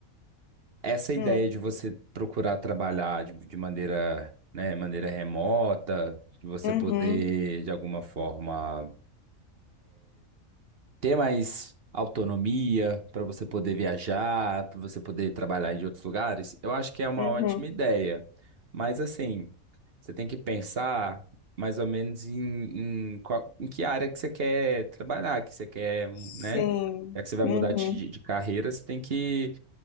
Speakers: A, on the right; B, on the left.
A: essa ideia
B: Hum,
A: de você procurar trabalhar de, de maneira, né, maneira remota, de você
B: uhum,
A: poder, de alguma forma, ter mais autonomia para você poder viajar, para você poder trabalhar em outros lugares, eu acho que é uma
B: uhum.
A: ótima ideia. Mas, assim, você tem que pensar mais ou menos em, em, qual- em que área que você quer trabalhar, que você quer,
B: Sim,
A: né? Já que você vai
B: uhum.
A: mudar de, de de carreira, você tem que